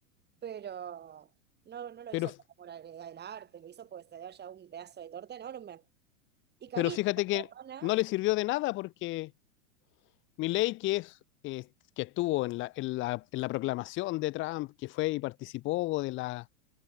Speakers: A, on the right (about 25°); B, on the left (about 30°).
A: pero... No, no lo
B: Pero,
A: hizo por amor al, al arte, lo hizo porque se haya un pedazo de torta enorme. Y Carita,
B: pero fíjate que
A: la hermana,
B: no le sirvió de nada porque Milei, que es, eh, que estuvo en la, en la, en la proclamación de Trump, que fue y participó de la,